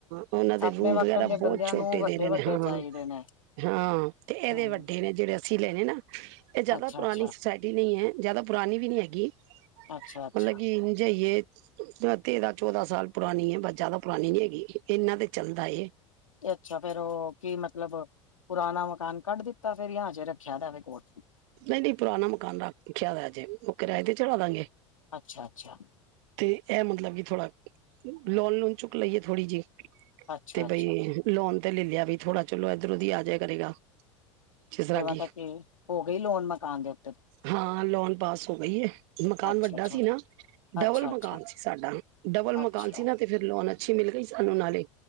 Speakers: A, on the right; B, on the left.
A: ਉਹਨਾਂ ਦੇ
B: ਆਪਣੇ
A: ਰੂਮ
B: ਵਕਣ
A: ਵਗੈਰਾ
B: ਦੇ।
A: ਬਹੁਤ
B: ਬੰਦਿਆਂ
A: ਛੋਟੇ
B: ਨੂੰ ਵੱਡੇ-ਵੱਡੇ
A: ਦੇ ਰਹੇ ਨੇ ਹਾਂ
B: ਚਾਈਦੇ ਨੇ।
A: ਹਾਂ ਤੇ ਏਦੇ
B: ਹਮ
A: ਵੱਡੇ ਨੇ ਜੇੜੇ ਅਸੀਂ ਲਏ ਨੇ ਨਾ, ਏ ਜਾਦਾ
B: ਅੱਛਾ
A: ਪੁਰਾਣੀ
B: ਅੱਛਾ
A: ਸੁਸਾਇ ਨੀ ਏ, ਜਾਦਾ ਪੁਰਾਨੀ ਵੀ ਨੀ ਹੈਗੀ,
B: ਅੱਛਾ ਅੱਛਾ
A: ਮਲਕ ਕਿ ੳਂਜਈ ਏ। ਤੇਰਾਂ ਚੌਦਾਂ ਸਾਲ ਪੁਰਾਨੀ ਏ, ਬਸ ਜਾਦਾ ਪੁਰਾਨੀ ਨੀ ਹੈਗੀ ਇਨਾਂ ਤੇ ਚੱਲਦਾ ਏ।
B: ਤੇ ਅੱਛਾ ਫੇਰ ੳ ਕੀ ਮਤਲਬ ਪੁਰਾਨਾ ਮਕਾਨ ਕੱਢ ਦਿੱਤਾ ਫੇਰ ਜੇ ਰੱਖਿਆ ਦਾਵੇ ਕੋਲ।
A: ਨਈ-ਨਈ ਪੁਰਾਨਾ ਮਕਾਨ ਰੱਖ ਰੱਖਿਆ ਦੈ ਹਜੇ ੳ ਕਿਰਾਏ ਤੇ ਚੜ੍ਹਾ ਦਾਂਗੇ।
B: ਅੱਛਾ ਅੱਛਾ।
A: ਤੇ ਐ ਮਤਲਬ ਕਿ ਥੋੜਾ ਲੋਨ-ਲੂਨ ਚੁੱਕ ਲਈਏ ਥੋੜ੍ਹੀ ਜੀ
B: ਅੱਛਾ
A: ਤੇ
B: ਅੱਛਾ
A: ਬਈ ਲੋਨ ਤੇ ਲੈ ਲਿਆ ਵਈ, ਥੋੜਾ ਚਲੋ ਇੱਧਰੋਂ ਦੀ ਆ ਜਾਇ ਕਰੇਗਾ। ਜਿਸ ਤਰ੍ਹਾਂ
B: ਜਮਾਂ
A: ਕਿ
B: ਤਕ ਈ, ਹੋ ਗਈ ਲੋਨ ਮਕਾਨ ਦੇ ਉ
A: ਹਾਂ ਲੋਨ ਪਾਸ ਹੋ ਗਈ ਏ, ਮਕਾਨ
B: ਅੱਛਾ
A: ਵੱਡਾ
B: ਅੱਛਾ
A: ਸੀ ਨਾ। ਡਬਲ
B: ਅੱਛਾ
A: ਮਕਾਨ
B: ਅੱਛਾ
A: ਸੀ ਸਾਡਾ, ਡਬਲ
B: ਅੱਛਾ
A: ਮਕਾਨ ਸੀ ਨਾ ਤੇ ਫੇਰ ਲੋਨ ਅੱਛੀ ਮਿਲ ਗਈ ਸਾਨੂੰ ਨਾਲੇ